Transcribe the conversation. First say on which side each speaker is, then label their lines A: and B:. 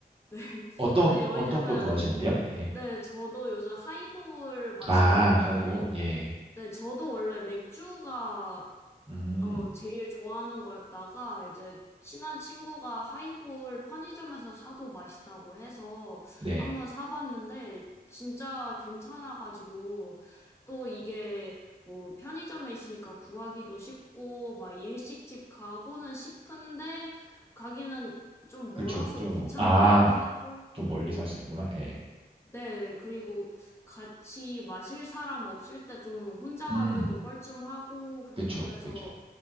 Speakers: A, on the left (about 15°); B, on the right (about 35°).
A: 네. <laughs>
B: 어떤,
A: 아니, 왜냐면,
B: 어떤 거 좋아하시는데요? 예.
A: 네, 저도 요즘 하이볼 마시고
B: 아,
A: 있는데,
B: 하이볼, 예.
A: 네, 저도 원래 맥주가
B: 음,
A: 어, 제일 좋아하는 거였다가 이제 친한 친구가 하이볼 편의점에서 사도 맛있다고 해서
B: 네.
A: 한 번 사봤는데 진짜 괜찮아가지고 또 이게 뭐 편의점에 있으니까 구하기도 쉽고 막 일식집 가고는 싶은데 가기는 좀
B: 그쵸,
A: 멀어서
B: 좀,
A: 귀찮기도
B: 아,
A: 하고
B: 좀 멀리
A: 또
B: 사시는구나, 예.
A: 네, 네. 그리고 같이 마실 사람 없을 때 좀 혼자
B: 음,
A: 가기도 뻘쭘하고 그-
B: 그쵸,
A: 그래서
B: 그쵸.